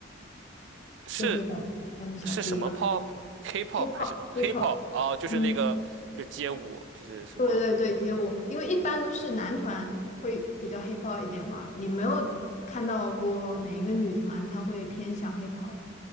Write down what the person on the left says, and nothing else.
就会感感觉起来不一样。
hip
hop hip
hop，
嗯，
对对对，街舞，因为一般都是男团会比较 hip hop 一点嘛，你没有看到过哪一个女团她会偏向 hip hop？